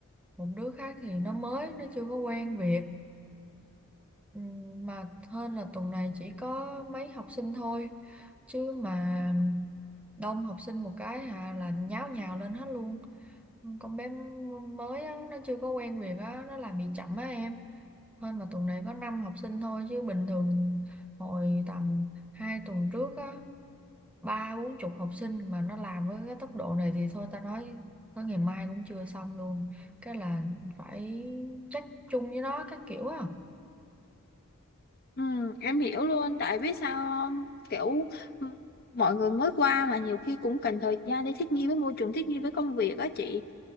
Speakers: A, in the centre; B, on the left.
A: một đứa khác thì nó mới nó chưa có quen việc Ừ, mà hơn là tuần này chỉ có mấy học sinh thôi chứ mà đông học sinh một cái hà là nháo nhào lên hết luôn con bé mới á, nó chưa có quen việc á nó làm bị chậm á em hơn mà tuần này có 5 học sinh thôi chứ bình thường hồi tầm hai tuần trước á ba bốn chục học sinh mà nó làm với cái tốc độ này thì thôi ta nói tới ngày mai cũng chưa xong luôn cái là phải trách chung với nó các kiểu á
B: ừ, em hiểu luôn tại biết sao không? kiểu ừ, mọi người mới qua mà nhiều khi cũng cần thời gian để thích nghi với môi trường thích nghi với công việc á chị